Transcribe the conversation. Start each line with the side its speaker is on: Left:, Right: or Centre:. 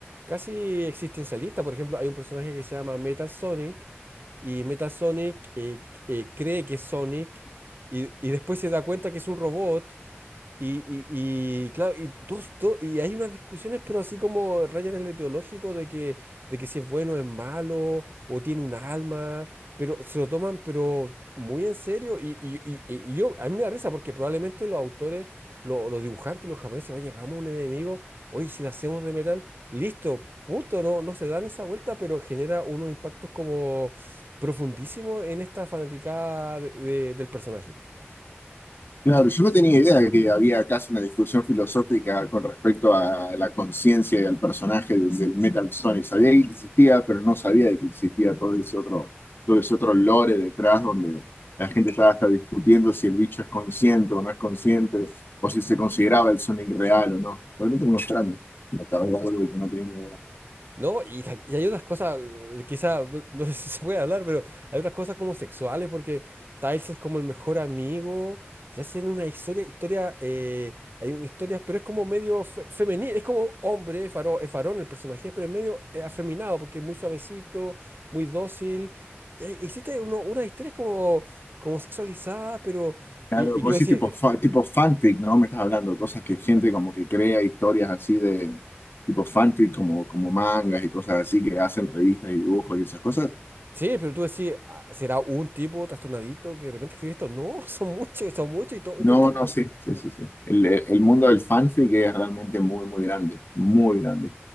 Right: casi existencialistas. Por ejemplo, hay un personaje que se llama Metal Sonic y Metal Sonic eh, eh, cree que es Sonic y, y después se da cuenta que es un robot y, y, y, claro, y, todos, to- y hay unas discusiones, pero así como rayan en lo teológico de que, de que si es bueno o es malo, o tiene un alma, pero se lo toman pero muy en serio. Y, y, y- y yo, a mí me da risa porque probablemente los autores, lo- los dibujantes, los japoneses, oye, hagamos un enemigo, oye, si lo hacemos de metal, listo, punto, no, no se dan esa vuelta, pero genera unos impactos como profundísimos en esta fanaticada de- de- del personaje.
Left: Claro, yo no tenía idea de que había casi una discusión filosófica con respecto a la conciencia y al personaje del, del Metal Sonic. Sabía que existía, pero no sabía de que existía todo ese otro, todo ese otro lore detrás donde la gente estaba hasta discutiendo si el bicho es consciente o no es consciente, o si se consideraba el Sonic real o no. Realmente un extraño. Me acabé de dar algo de que no tenía ni idea.
Right: No, y, ta- y hay otras cosas, eh, quizá, bu- no <laughs> sé si se puede hablar, pero hay otras cosas como sexuales, porque Tiles es como el mejor amigo, se hacen una historia, historia, eh, hay una historia, pero es como medio fe- femenil, es como hombre, es faro- es varón el personaje, pero es medio eh, afeminado, porque es muy suavecito, muy dócil, y hay- existe uno, unas historias como, como sexualizadas, pero,
Left: Claro,
Right: y, y
Left: vos
Right: tú decís...
Left: sí, tipo,
Right: eh,
Left: fa- tipo fanfic, ¿no? Me estás hablando, cosas que
Right: eh,
Left: gente como que crea historias así de tipo fanfic, como, como mangas y cosas así, que hacen revistas y dibujos y esas cosas.
Right: Sí, pero tú decís, "Ah, ¿será un tipo trastornadito que de repente escribe esto? No, <laughs> son muchos, son muchos y, to-
Left: No,
Right: y todos están
Left: no, sí, sí, sí, sí. El, el mundo del fanfic es realmente muy, muy grande, muy grande.